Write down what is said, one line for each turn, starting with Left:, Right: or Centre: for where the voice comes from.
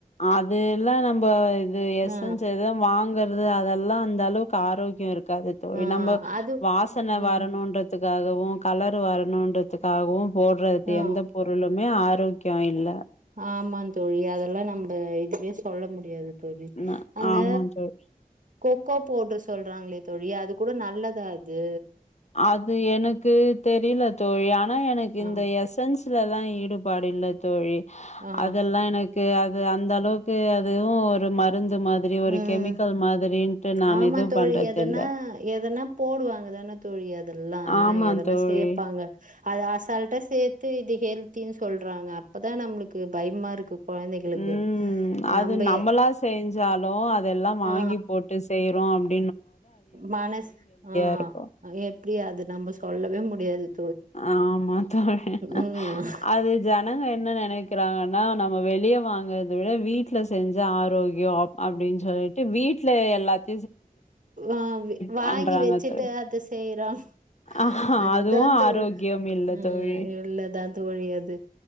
Left: அது எல்லாம் நம்ம இது எசன்ஸ்
Right: ஆ
Left: எதுதா வாங்கறது அதெல்லாம் அந்த அளவுக்கு ஆரோக்கியம் இருக்கு து தோழி
Right: ஆ
Left: நம்ம
Right: அது
Left: வாசனை
Right: ம்
Left: வரணும்ன்றதுக்காக கலர் வரணும்ன்றதுக்காகவும் போடுறது
Right: ஆ
Left: எந்த பொருளுமே ஆரோக்கியம் இல்ல
Right: ஆமா தோழி அதெல்லாம் நம்ம இதுவேே சொல்ல முடியாது
Left: ந
Right: அந்த
Left: ஆமா தோழி
Right: கொக்கோ போட சொல்றாங்களே தோழியா அது கூட நல்லதா அது
Left: அது எனக்கு தெரியல தோழி ஆனா எனக்கு இரு
Right: ஆ
Left: இந்த சன்ஸ்லல்ல தான் ஈடுபாடு இல்ல தோழி
Right: ஆ
Left: அதல்லாம் எனக்கு அந்த அளவுக்கு அதுவும் ஒரு மருந்து மாதிரி ஒரு
Right: உம்
Left: கெமிக்கல் மாதிரின்ட்டு நான்
Right: ஆமா
Left: இது
Right: தோழி
Left: பண்றது
Right: எதன்னா
Left: இல்ல
Right: எதனா போடுவாங்கதானே தோழி அதெல்லாம்
Left: ஆமா
Right: எதனா
Left: தோழி
Right: சேர்ப்பாங்க அது அசால்ிட்டா சே இது ஹெல்தினு சொல்றாங்க அப்பதான் நம்மளுக்கு பயமா இருக்கு கொழந்தைகளுக்கு
Left: உம் அது
Right: நம்ப
Left: நம்மளா செஞ்சாலும் அதெல்லாம் வாங்கி
Right: ஆ
Left: போட்டு செய் ரும் அப்படி
Right: மனசு ஆஹ்
Left: இருக்கு
Right: எப்படி அது நம்ம சொல்லவே முடிய <inaudible>
Left: ஆமா தோழி
Right: ம்
Left: அது ஜனங்கள் என்ன நினைக்க இருக்காங்கன்னா நம்ம வெளியே வாங்கறதை விட வீட்டுல செஞ்ச ஆரோக்கியம் அப்படின்னு சொல்லிட்டு வீட்டுல எல்லாத்த
Right: ஆஹ் வாங்கி
Left: பண்றாங்க
Right: வச்சுட்டு
Left: தோழி
Right: அதை செய்யறோம்
Left: ஆஹா
Right: அதுதான்
Left: அதுவு ஆரோக்கியம் இல்ல
Right: உஹம்
Left: தோழி
Right: உள்ளல்லதான் தோழியது